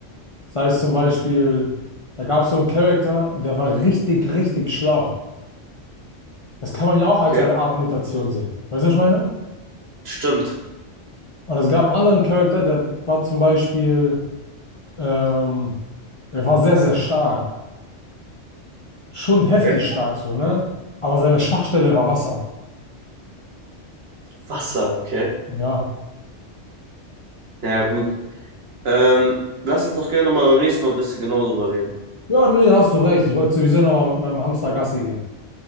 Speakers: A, on the left; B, on the right.
A: Sei es zum Beispiel, da gab es so einen Charakter, der war richtig, richtig schlau. Das kann man ja auch
B: okay.
A: als eine Art Mutation sehen. Weißt du, was ich meine?
B: Stimmt.
A: Und es gab einen anderen Charakter, der war zum Beispiel Ähm, er war sehr, sehr stark. Schon heftig
B: Okay.
A: stark so, ne? Aber seine Schwachstelle war Wasser.
B: Wasser, okay.
A: Ja.
B: Ja, gut. Ähm, lass uns doch gerne mal beim nächsten Mal ein bisschen genauer drüber reden.
A: Ja, nee, da hast du recht. Ich wollte sowieso nochmal mit meinem Hamster Gassi gehen.